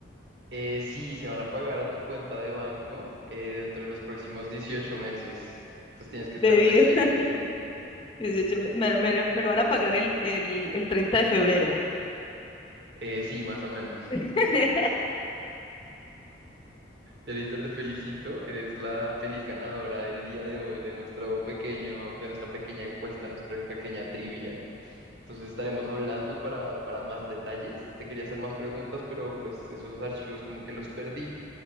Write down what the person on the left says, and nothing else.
De
10
<laughs> 18 me, me- me lo van a pagar el, el, el 30 de febrero.
<laughs>